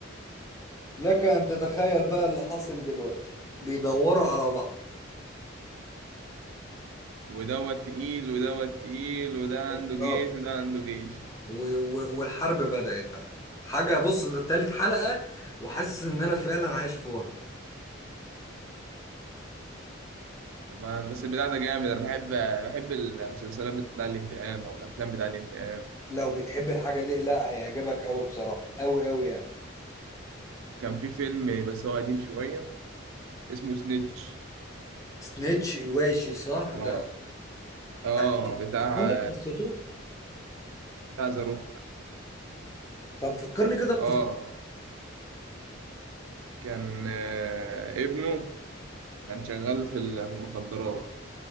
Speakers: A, on the left; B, on the right.
A: لك ان تتخيل بقى اللي حاصل دلوقتي بيدوروا على بعض
B: ودوت تقيل ودوت تقيل وده
A: بالظبط
B: عنده جيش وده عنده جيش
A: و... و... والحرب بدأت بقى حاجة بص ده تالت حلقة وحاسس ان انا فعلا عايش في وهم
B: طب ما- بس البتاع ده جامد انا بحب بحب المسلسلات بتاع الانتقام او الافلام بتاع الانتقام
A: لو بتحب الحاجة دي لا هيعجبك قوي بصراحة قوي قوي يعني
B: كان في فيلم بس هو قديم شويه اسمه سنيتش
A: سنيتش الواشي صح
B: اه
A: ده
B: اه
A: بحكي
B: بتاع
A: فكرني بقصته
B: بتاع ذا روك
A: طب فكرني كده بقصته
B: اه كان آه، ابنه كان شغال في ال- في المخدرات